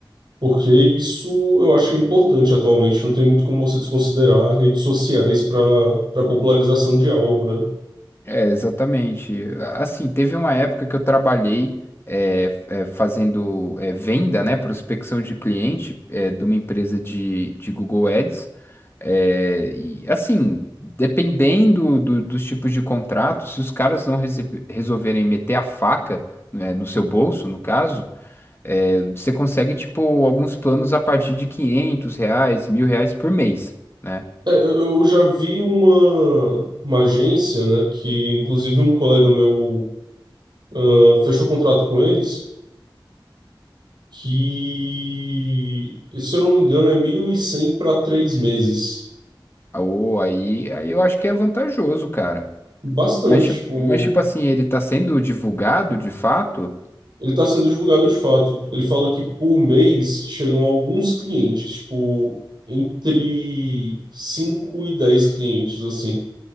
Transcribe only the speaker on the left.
É, exatamente. Assim, teve uma época que eu trabalhei é, é, fazendo é, venda, né, prospecção de cliente é, de uma empresa de, de Google Ads. É, e assim, dependendo do- dos tipos de contrato, se os caras não rece- resolverem meter a faca, né, no seu bolso, no caso, é, você consegue, tipo, alguns planos a partir de 500 reais, mil reais por mês, né?
Ou aí, aí eu acho que é vantajoso, cara.
Mas, tipo-
mas, tipo assim, ele tá sendo divulgado de fato?